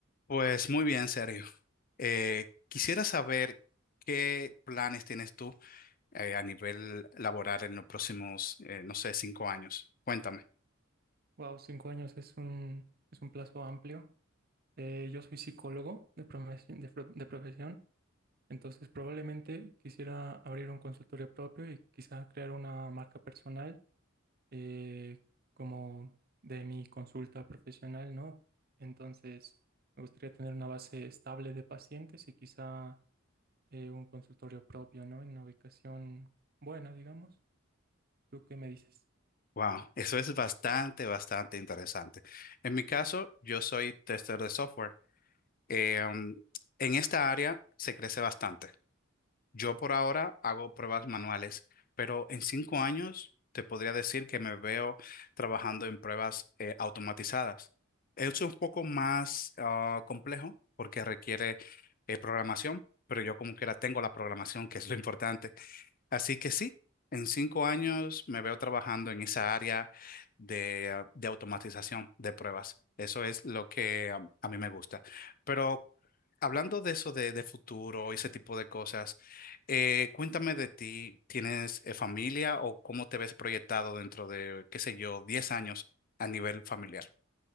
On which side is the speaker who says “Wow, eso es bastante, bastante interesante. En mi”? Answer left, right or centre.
Left